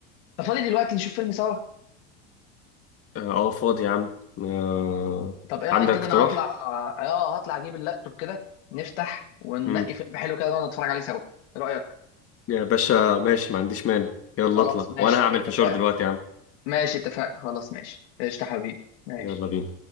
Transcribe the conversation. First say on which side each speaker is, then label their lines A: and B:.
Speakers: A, on the left; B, on the left.
A: أنت فاضي دلوقتي نشوف فيلم سوا
B: اه آه، فاضي يا عم آه،
A: طب ايه رايك
B: عندك اقتراح
A: كده انا هطلع اه آه، هطلع اجيب اللابتوب كده نفتح وننقي
B: مم.
A: فيلم حلو كده ونقعد نتفرج عليه سوا ايه رايك
B: يا باشا ماشي ما عنديش مانع يلا
A: خلاص
B: اطلع
A: ماشي
B: وانا هعمل
A: اتفق
B: فشار دلوقتي يا عم
A: ماشي اتفق خلاص ماشي قشطة حبيبي ماشي
B: يلا بينا